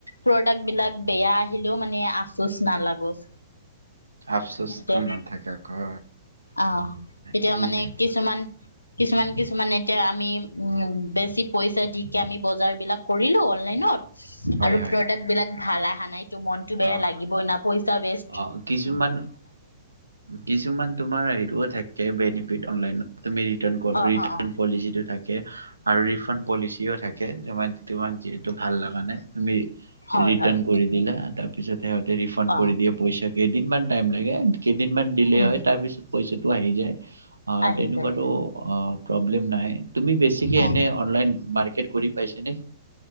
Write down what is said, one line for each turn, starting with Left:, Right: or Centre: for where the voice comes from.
Left: প্ৰডাক্ট বিলাক বেয়া আহিলেও মানে আফোচ নালাগোচ
Right: আফচস্ত
Left: এতিয়া
Right: নাথাকে আকৌ
Left: আহ এতিয়া
Right: ধুমি
Left: মানে
Right: থাকে
Left: কিছুমান কিছুমান কিছুমান এতিয়া আমি উ বেছি পইচা দিকে আমি বজাৰ বিলাক কৰিলো অনলাইনত
Right: হয়
Left: আৰু
Right: হয়
Left: প্ৰডাক্ট বিলাক ভাল অহা নাই টো মনতটো বেয়া
Right: অ'
Left: লাগিবই না পইচা বেষ্ট
Right: অ কিছুমান কিছুমান তোমাৰ হেৰিটোও থাকে বেনিফিট অ অনলাইন তুমি ৰিটাৰ্ণ
Left: অ অ অ
Right: পলিচিটো থাকে আৰু ৰিফাণ্ড পলিচিও থাকে তোমাক যিহেতু ভাল লগা নাই তুমি
Left: হয়
Right: ৰিটাৰ্ণ
Left: হয়
Right: কৰি দিলা। তাৰপিছত সিহঁ ৰিফাণ্ড
Left: অ
Right: কৰি দিয়ে পইচা কেইদিনমান টাইম লাগে। কেইদিনমান দিলে
Left: উম
Right: হয় তাৰ পিছত পইচাটো আহি যায়।
Left: আহি
Right: তেনেকুৱা
Left: যায়
Right: তো অ পবলেম প্ৰব্লেম নাই। তুমি এনেকে
Left: অ
Right: অনলাইন মাৰ্কেট, পাইছা নে?